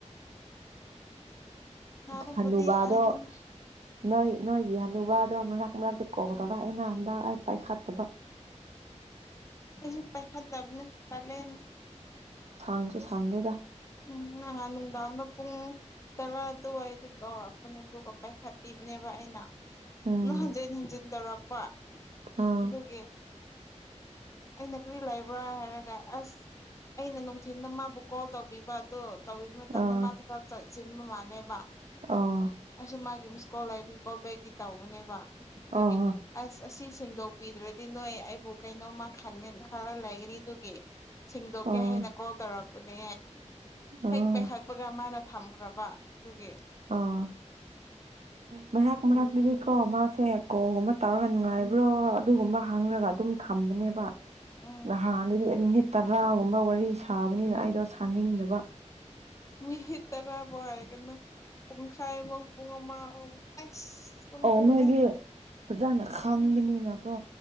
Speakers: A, on the left; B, on the right.
A: ꯁꯥꯕꯕꯨꯗꯤ
B: ꯎ ꯍꯅꯨꯕꯥꯗꯣ
A: ꯍꯥꯏꯒꯅꯨ
B: ꯅꯣꯏ ꯅꯣꯏꯒꯤ ꯍꯨꯕꯥ ꯑꯣ ꯃꯔꯛ ꯃꯔꯛꯇ ꯀꯧꯗꯔ ꯑꯩ ꯅꯍ ꯍꯟꯗ ꯑꯩ ꯄꯥꯏꯈꯠꯇꯕ
A: ꯑꯣꯁꯨ ꯄꯩꯁꯥ ꯕꯅꯦ ꯄꯦꯅ
B: ꯁꯥꯡꯒꯁꯨꯁꯪꯅꯦꯗ
A: ꯎꯝ ꯅꯍꯥꯟ ꯅꯨꯡꯗꯥꯡꯗ ꯄꯨꯡ ꯇꯔꯥ ꯑꯗꯨꯏꯗ ꯇꯧꯔꯛꯄꯅꯤ ꯑꯗꯨꯒ ꯄꯥꯏ ꯈꯥꯇ ꯑꯗꯨꯅꯦꯕ ꯑꯩꯅ
B: ꯎꯝ
A: ꯑꯗꯨ ꯍꯟꯖꯤꯟ ꯍꯟꯖꯤꯟ ꯇꯧꯔꯛꯄ
B: ꯑꯥ
A: ꯑꯗꯨꯒꯤꯪ ꯑꯩꯅ ꯀꯔꯤ ꯂꯩꯕ꯭ꯔꯥ ꯍꯥꯏꯔꯒ ꯑꯁ ꯑꯩꯅ ꯅꯨꯡꯊꯤꯟꯜꯗ ꯃꯥꯕꯨ ꯀꯣꯜ ꯇꯧ ꯕꯗ ꯇꯧꯕꯤꯕ ꯃꯇꯝꯗ
B: ꯑꯥ
A: ꯃꯥ ꯊꯕꯛ ꯆꯤꯟꯕ ꯃꯥꯜꯂꯦꯕ
B: ꯑꯥ
A: ꯑꯩꯁꯨ ꯃꯥꯒꯤ ꯀꯣꯜꯕꯒꯤ ꯀꯣꯜ ꯕꯦꯛꯇꯤ ꯇꯧꯕꯅꯦꯕ ꯑꯗꯨꯒꯤ
B: ꯑꯥ
A: ꯑꯁ ꯑꯁꯤ ꯁꯦꯡꯗꯣꯛꯄꯤꯗ꯭ꯔꯗꯤ ꯅꯣꯏ ꯑꯩꯕꯨ ꯀꯩꯅꯣꯝꯃ ꯈꯔ ꯂꯩꯒꯅꯤ ꯑꯗꯨꯒꯤ ꯁꯦꯡꯗꯣꯛꯀꯦ
B: ꯑꯥ
A: ꯍꯥꯏꯅ ꯀꯣꯜ ꯇꯧꯔꯛꯄꯅꯦ
B: ꯑꯥ
A: ꯍꯩ ꯄꯦꯛꯈꯥꯛꯄꯒ ꯃꯥꯅ ꯊꯝꯈ꯭ꯔꯕ ꯑꯗꯨꯒꯤ
B: ꯑꯥ ꯃꯔꯥꯛ ꯃꯔꯛꯇꯨꯗꯤ ꯀꯣ ꯃꯥꯁꯦ ꯀꯣꯒꯨꯝꯕ ꯇꯧꯔꯒ ꯅꯨꯡꯉꯥꯏꯕ꯭ꯔꯣ ꯑꯗꯨꯒꯨꯝꯕ ꯍꯪꯉꯒ ꯑꯗꯨꯝ ꯈꯝꯅꯦꯕ
A: ꯎꯝ
B: ꯅꯍꯥꯟꯗꯨꯗꯤ ꯅꯨꯅꯤꯠ ꯇꯔꯥꯒꯨꯝꯕ ꯋꯥꯔꯤ ꯁꯥꯕꯅꯤꯅ ꯑꯩꯗꯣ ꯁꯥꯅꯤꯡꯗꯕ
A: ꯃꯤ ꯇꯔꯥꯕꯣ ꯍꯥꯏ ꯀꯣ ꯄꯨꯡꯈꯥꯏꯕ ꯄꯨꯡꯉ ꯑꯃ ꯑꯁ ꯄꯨꯡ
B: ꯑꯣ
A: ꯄꯨꯡꯅꯦ
B: ꯃꯒꯤ ꯐꯖꯅꯦ ꯍꯪꯕꯅꯤꯅꯀꯣ